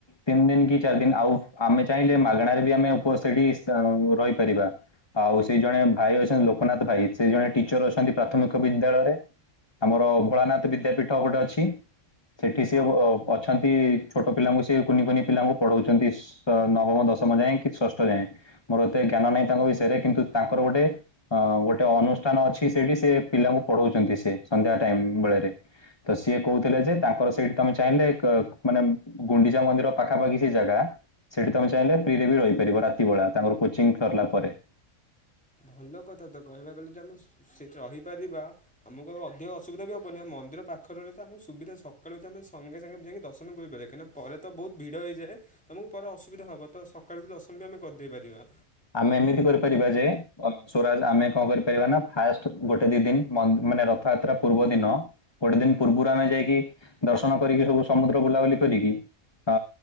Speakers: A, on the left; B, in the centre.
A: ତିନି ଦିନ କି ଚାରି ଦିନ ଆଉ ଆମେ ଚାହିଁଲେ ମାଗଣାରେ ବି ଆମେ ଉପ ସେଠି ଆଉ ରହିପାରିବା। ଆଉ ସେଇ ଜଣେ ଭାଇ ଅଛନ୍ତି ଲୋକନାଥ ଭାଇ। ସେ ଜଣେ ଟିଚର ଅଛନ୍ତି ପ୍ରାଥମିକ ବିଦ୍ୟାଳୟରେ। ଆମର ଭୋଳାନାଥ ବିଦ୍ୟାପୀଠ ଗୋଟେ ଅଛି ସେଠି ସିଏ
B: ହଁ
A: ଉ ଅଛନ୍ତି ଛୋଟ ପିଲାଙ୍କୁ ସିଏ କୁନି କୁନି ପିଲାଙ୍କୁ ପଢ଼ଉଛନ୍ତି। ନବମ, ଦଶମ ଯାଏଁ କି ଷଷ୍ଠ ଯାଏଁ। ମୋର ଏତେ ଜ୍ଞାନ ନାହିଁ ତାଙ୍କ ବିଷୟରେ କିନ୍ତୁ ତାଙ୍କର ଗୋଟେ ହଁ ଗୋଟେ ଅନୁଷ୍ଠାନ ଅଛି ସେଠି ସେ ପିଲାଙ୍କୁ ପଢଉଛନ୍ତି ସେ ସନ୍ଧ୍ୟା ଟାଇମ ବେଳରେ। ତ ସିଏ କହୁଥିଲେ ଯେ ତାଙ୍କର ସେଇଠି ତମେ ଚାହିଁଲେ କ ମାନେ ଗୁଣ୍ଡିଚା ମନ୍ଦିର ପାଖାପାଖି ସେ ଜାଗା ସେଠି ତମେ ଚାହିଁଲେ ଫ୍ରିରେ ବି ରହିପାରିବ ରାତି ବେଳା ତାଙ୍କର କୋଚିଂ ସିରିଲା ପରେ।
B: ଭଲ କଥା ତ କହିବାକୁ ଗଲେ ଯେ ଆମେ ସେଠି ରହିପାରିବା। ଆମକୁ ଆଉ ଅଧିକ ଅସୁବିଧା ବି ହବନି ଆମେ ମନ୍ଦିର ପାଖରେ ରହିଲେ ତ ଆମକୁ ସୁବିଧା ସକାଳୁ ତ ଆମେ ସଙ୍ଗେ ସଙ୍ଗେ ଯାଇକି ଦର୍ଶନ କରିପାରିବା କାହିଁ ନା ପରେ ତ ବହୁତ ଭିଡ଼ ହେଇଯାଏ ତମକୁ ପରେ ଅସୁବିଧା ହବ ତ ସକାଳୁ ତ ଦର୍ଶନ ବି ଆମେ କରିଦେଇ ପାରିବା।
A: ଆମେ ଏମିତି କରି ପାରିବା ଯେ ପଛୁ ରା ଆମେ କଣ କରିପାରିବା ନା ଫାଷ୍ଟ ଗୋଟେ ଦି ଦିନ ମନ୍ ମାନେ ରଥଯାତ୍ରା ପୂର୍ବ ଦିନ ଗୋଟେ ଦିନ ପୂର୍ବରୁ ଆମେ ଯାଇକି ଦର୍ଶନ କରିକି ସବୁ ସମୁଦ୍ର ବୁଲା ବୁଲି କରିକି ଅ